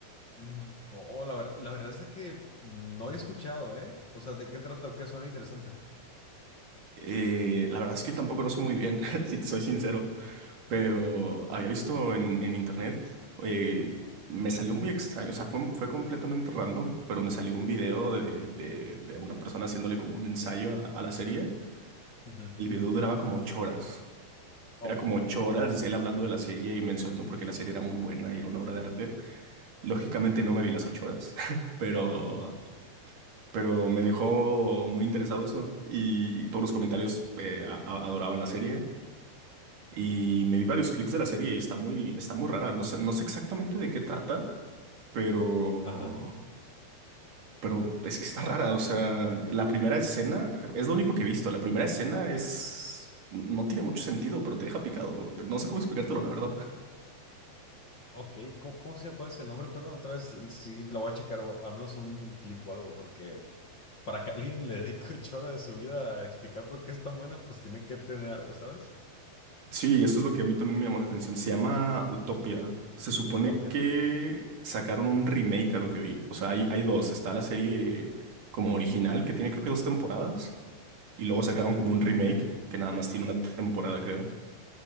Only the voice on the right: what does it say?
Eh, la verdad es que yo tampoco lo sé muy bien, <laughs> si te soy sincero, pero había visto en, en internet, eh, me salió muy extraño, o sea, fue, fue completamente random, pero me salió un video de, de- de una persona haciéndole como un ensayo a a la serie.
El video duraba como ocho horas.
Era como ocho horas él hablando de la serie y mencionando por qué la serie era muy buena y era una obra de arte. Lógicamente no me vi las ocho horas, <laughs> pero,
pero me dejó muy interesado eso. Y todos los comentarios eh, a- a- adoraban la serie. Y me vi varios clips de la serie y está muy, está muy rara. No sé, no sé exactamente de qué trata, pero,
pero es- está rara. O sea, la primera escena es lo único que he visto. La primera escena es... No tiene mucho sentido, pero te deja picado. No sé cómo explicártelo, la verdad.
Sí, eso es lo que a mí también me llamó la atención. Se llama Utopia. Se supone
que sacaron un remake a lo que vi. O sea, hay, hay dos. Está la serie como original, que tiene creo que dos temporadas, y luego sacaron
como un remake, que nada más tiene una temporada, creo.